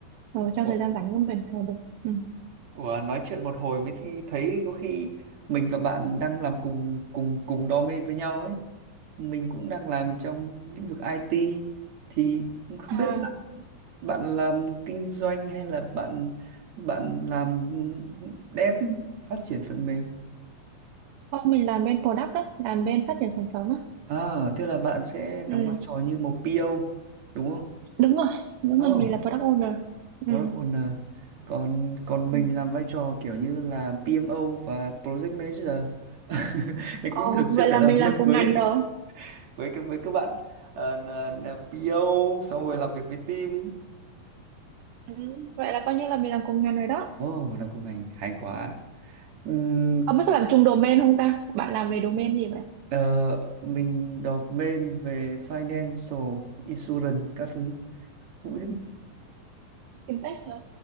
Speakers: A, on the right (about 75°); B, on the right (about 60°).
A: ờ, trong
B: Ủa,
A: thời gian rảnh của mình thôi được ừ.
B: Ủa, nói chuyện một hồi mới thi- thấy có khi mình và bạn đang làm cùng cùng cùng đam mê với nhau ấy. Mình cũng đang làm trong lĩnh vực IT thì cũng không
A: À,
B: biết bạn, bạn làm kinh doanh hay là bạn bạn làm dev phát triển phần mềm.
A: không, mình làm bên product á, làm bên phát triển sản phẩm á.
B: À, thế là bạn sẽ
A: Ừ,
B: đóng vai trò như một PO đúng không?
A: đúng rồi, đúng
B: Oh,
A: rồi, mình là product owner. Ừ.
B: product owner. Còn còn
A: Ừ.
B: mình làm vai trò kiểu như là PMO và project manager. <laughs> Thì
A: Ồ,
B: cũng thường xuyên
A: vậy là
B: phải làm
A: mình
B: việc
A: làm cùng
B: với
A: ngành rồi.
B: với các với các bạn ờ, là- là PO xong rồi làm việc với team
A: Ừ, vậy là coi như là mình làm cùng ngành rồi đó.
B: Wow, nó cũng ngành hay quá. Ừm,
A: Ông biết có làm chung domain không ta? Bạn làm về domain gì vậy?
B: ờ, mình đọc main về financial insurance các thứ. Cũng biết.
A: Fintech hả?